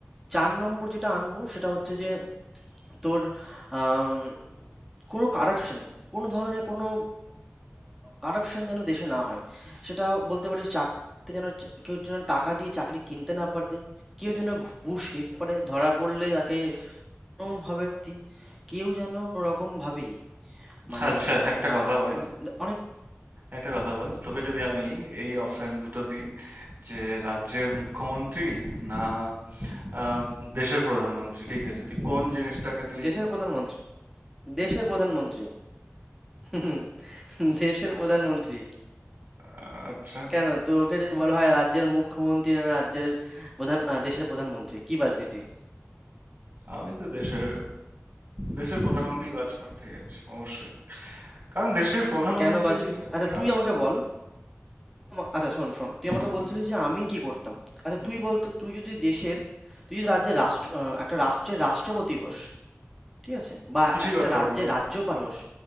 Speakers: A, in the centre; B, on the right.
A: চার নম্বর যেটা আনবো সেটা হচ্ছে যে তোর আম, কোনো কারাপশন কোনো ধরনের কোনো কারাপশন যেন দেশে না হয় সেটা বলতে পারিস চাকরিতে যেন চ- কেউ যেন টাকা দিয়ে চাকরি কিনতে না পারে কেউ যেন ঘুষ নিতে পারে ধরা পড়লে তাকে কোনোভাবে শাস্তি, কেউ যেন রকম ভাবেই মানে
B: আচ্ছা একটা
A: আহ,
B: কথা
A: কি
B: বল
A: হয়, অনেক
B: একটা কথা বল তোকে যদি আমি এই অপশন দুটো দিই যে রাজ্যের মুখ্যমন্ত্রী না আহ, দেশের প্রধানমন্ত্রী ঠিক আছে তুই কোন জিনিসটাকে তুই
A: দেশের প্রধানমন্ত্রী দেশের প্রধানমন্ত্রী <laughs> দেশের প্রধানমন্ত্রী
B: আহ, আচ্ছা
A: কেন তোকে যদি বলা হয় রাজ্যের মুখ্যমন্ত্রী না রাজ্যের প্রধান আহ, দেশের প্রধানমন্ত্রী কি বাজবি তুই
B: আমি তো দেশের দেশের প্রধানমন্ত্রী বাঁচবো ঠিক আছে অবশ্যই কারণ দেশের প্রধানমন্ত্রী
A: তো কেন বাজবি
B: আহ,
A: আচ্ছা
B: কারণ
A: তুই আমাকে বল আমা- আচ্ছা শোন শোন তুই আমাকে
B: হুম,
A: বলছিলিস যে আমি কি করতাম আচ্ছা
B: হুম,
A: তুই বল তো তুই যদি দেশের তুই যদি রাজ্যের রাষ্ট্র আহ, একটা রাষ্ট্রের রাষ্ট্রপতি হোস ঠিক আছে বা
B: কিছুই
A: একটা
B: করতে
A: রাজ্যের
B: পারবো না
A: রাজ্যপাল হোস